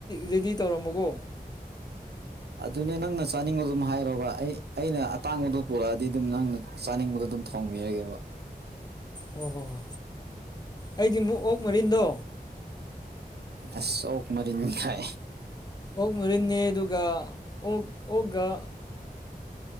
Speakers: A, on the left; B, on the right.
A: ꯔꯦꯗꯤ ꯇꯧꯔꯝꯃꯀꯣ
B: ꯑꯗꯨꯅꯦ ꯅꯪꯅ ꯆꯥꯅꯤꯡꯕꯗꯨꯝ ꯍꯥꯏꯔꯣꯕ ꯑꯩ ꯑꯩꯅ ꯑꯇꯥꯡꯕꯗꯣ ꯄꯨꯔꯛꯑꯗꯤ ꯑꯗꯨꯝ ꯅꯪꯅ ꯆꯥꯅꯤꯡꯕꯗꯣ ꯑꯗꯨꯝ ꯊꯣꯡꯕꯤꯔꯒꯦꯕ
A: ꯑꯣ ꯍꯣ ꯍꯣ ꯑꯩꯗꯤ ꯑꯃꯨꯛ ꯑꯣꯛ ꯃꯔꯤꯟꯗꯣ
B: ꯑꯁ ꯑꯣꯛ ꯃꯔꯤꯟ ꯒꯥꯏ
A: ꯑꯣꯛ ꯃꯔꯤꯟꯅꯤ ꯑꯗꯨꯒ ꯑꯣꯛ ꯑꯣꯛꯒ